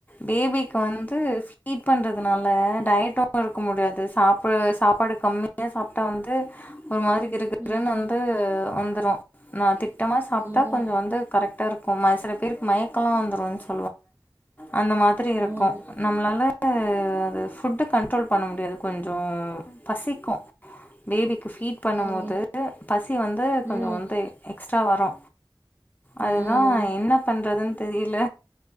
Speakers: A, on the left; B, on the right.
A: பேபிக்கு வந்து ஃபீட் பண்றதுனால டயட்டு இருக்க முடியாது சாப்ப சாப்பாடு கம்மியா சாப்ட்டா வந்து ஒரு மாரி கிறுகிறுன்னு
B: ம்
A: வந்து வந்துரு நா திட்டமா சாப்ட்டா
B: ம் ம்
A: கொஞ்சோ வந்து கரெக்ட் டா இருக்கு சில பேருக்கு மயக்கொல்லா வந்துரு சொ அந்த மாத்ரி இருக்கு
B: ம்
A: நம்ளால அது ஃபுட்டு கண்ட்ரோல் பண்ண முடியாது கொஞ்சோ பசிக்கு பேபிக்கு ஃபீட் பண்ணும்போது
B: ம்
A: பசி வந்து
B: ம்
A: கொஞ்சோ வந்து எக்ஸ்ட்ரா வரு
B: ம்
A: அதுதா என்ன பண்றதுன்னு தெரியல